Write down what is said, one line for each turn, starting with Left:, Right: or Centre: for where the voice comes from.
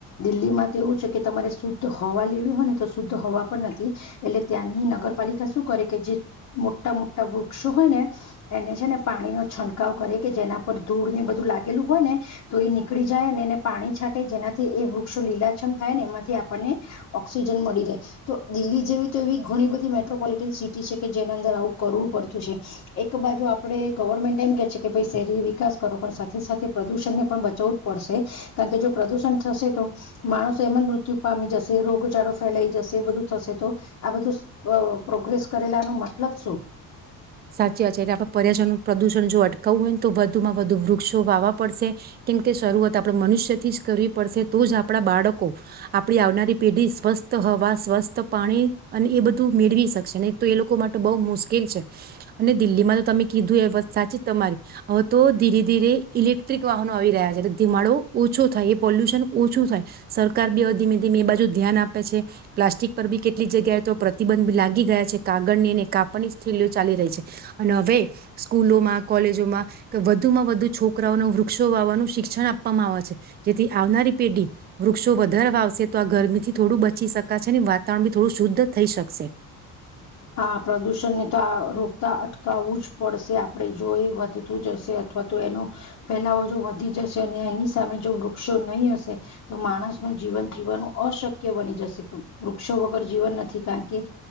Left: દિલ્હીમાં તો એવું છે કે તમારે શુદ્ધ હવા લેવી હોય ને તો શુદ્ધ હવા પણ નથી એટલે ત્યાંની નગરપાલિકા શું કરે કે જે મોટા મોટા વૃક્ષો હોય ને એને છે ને પાણી નો છંટકાવ કરે કે જેના પર ધૂળ ને બધું લાગેલું હોય ને તો એ નીકળી જાય અને એને પાણી છાંટે જેનાથી એ વૃક્ષો લીલાછમ થાય ને એમાંથી આપણને ઓક્સિજન મળી રહે તો દિલ્હી જેવી તો એવી ઘણી બધી મેટ્રોપોલિટન સિટી છે કે જેના અંદર આવું કરવું પડે એક બાજુ આપડણે ગવર્મેન્ટ એમ કે છે કે ભાઈ શહેરી વિકાસ કરો પણ સાથે સાથે પ્રદુષણને પણ બચાવવું જ પડશે કારણ કે જો પ્રદુષણ થશે તો માણસો એમ જ મૃત્યુ પામી જશે રોગચાળો ફેલાઈ જશે બધું થશે તો આ બધું પ્રોગ્રેસ કરેલાનો મતલબ શું
Right: સાચી આચ એટલે આપડણે પર્યાચરણ પ્રદુષણ જો અટકાવવું હોય ને તો વધુમાં વધુ વૃક્ષો વાવા પડશે કેમ કે શરૂઆત આપણે મનુષ્યથી જ કરવી પડશે તો જ આપણા બાળકો આપડી આવનારી પેઢી સ્વસ્થ હવા સ્વસ્થ પાણી અને એ બધું મેળવી શકશે નહી તો એ લોકો માટે બહુ મુશ્કેલ છે. અને દિલ્હીમાં તો તમે કીધું એ વસ્ત સાચી તમારી તો ધીરે ધીરે ઇલેક્ટ્રિક વાહનો આવી રહ્યા છે એ ધીમાડો ઓછો થાય એ પોલ્યુશન ઓછું થાય સરકાર બી ધીમે ધીમે એ બાજુ ધ્યાન આપે છે પ્લાસ્ટિક પર બી કેટલીક જગ્યાએ તો પ્રતિબંધ લાગી ગયા છે કાગળ ની અને કાપણી જ થઈ છે. ચાલી રહી છે અને હવે સ્કૂલોમાં કોલેજોમાં કે વધુમાં વધુ છોકરાઓને વૃક્ષો વાવાનું શિક્ષણ આપવામાં આવે છે જેથી આવનારી પેઢી વૃક્ષો વધારવા આવશે તો આ ગરમીથી થોડું બચી શકાશે અને વાતાવરણ બી થોડું શુદ્ધ થઈ શકશે
Left: હા પ્રદુષણને તો રોકતા અટકાવવું જ પડશે આપણે જો એ વધતું જશે અથવા તો એનો ફેલાવો જો વધી જશે અને એની સામે જો વૃક્ષો નહી હશે તો માણસ ન જીવન જીવવાનું અશક્ય બની જશે વૃક્ષો વગર જીવન નથી કારણ કે